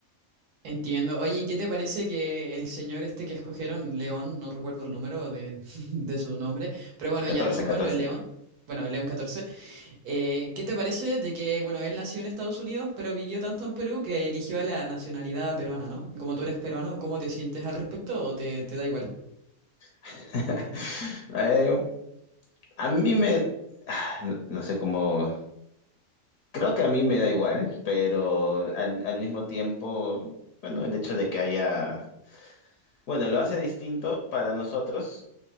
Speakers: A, on the right; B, on the left.
A: Entiendo. Oye, ¿y qué te parece que el señor este que escogieron, León, no recuerdo el número de, <laughs> de su nombre, pero bueno,
B: catorce,
A: ya dejémoslo
B: catorce.
A: en León, bueno, León catorce. Eh, ¿qué te parece de que, bueno, él nació en Estados Unidos, pero vivió tanto en Perú que eligió la nacionalidad peruana, ¿no? Como tú eres peruano, ¿cómo te sientes al respecto o te, te da igual?
B: <laughs> Eh, a mí me, <sighs> no, no sé cómo, creo que a mí me da igual, pero al, al mismo tiempo, bueno, el hecho de que haya, bueno, lo hace distinto para nosotros